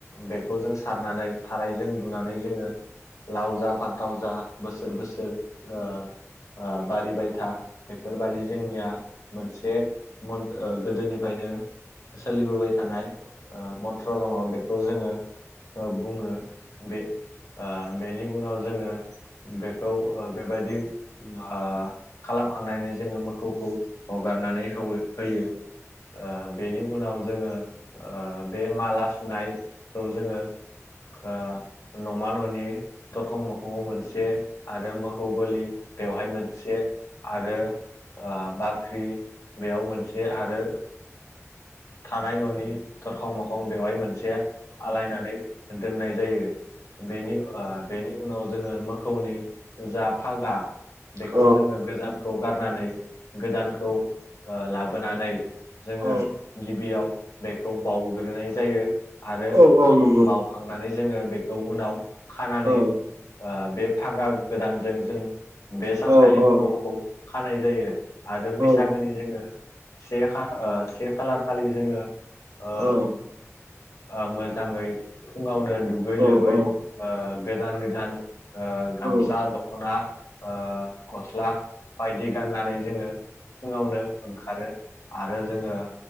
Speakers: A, on the left; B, on the right.
A: बेखौ जों सारनानै थारायजों बुनानै जोङो लाव जा फान्थाव जा बोसोर बोसोर ओ ओ बारिबाय था बेफोरबादि जोंनिया मोनसे मोन ओ गोदोनिफ्रायनो सोलिबोबाय थानाय ओ मन्थ्र दङ बेखौ जोङो ओ बुङो। बे बेनि उनाव जोङो बेखौ बेबायदि ओ खालाम खांनानै जोङो मोखौखौ हगारनानै होयो ओ बेनि उनाव जोङो ओ बे माला सुनायखौ जोङो ओ न'मा न'नि दरखं मोखङाव मोनसे आरो मोखौ गलि बेवहाय मोनसे आरो ओ बाख्रि बेयाव मोनसे आरो थानाय न'नि दरखं मोखां बेवहाय मोनसे आलायनानै दोननाय जायो। बेनि ओ बेनि उनाव जोङो मोखौनि जा फागा बेखौ
B: औ
A: जोङो गोजामखौ गारनानै गोदानखौ ओ लाबोनानै जोङो
B: औ
A: गिबियाव बेखौ बावग्रोनाय जायो। आरो
B: औ औ नंगौ।
A: बावखांनानै जोङो बेखौ उनाव खानानै
B: औ
A: ओ बे फागा गोदानजों जों बे सानखालि
B: औ औ
A: मोखौखौ खानाय जायो आरो
B: औ
A: बैसागोनि जोङो से खा ओ से खालार खालि जोङो ओ
B: औ
A: ओ मोजाङै फुङावनो दुगै
B: औ
A: लोबै
B: औ
A: ओ गोजान गोदान ओ गामसा
B: औ
A: दख'ना ओ गस्ला बायदि गाननानै जोङो फुङावनो ओंखारो आरो जोङो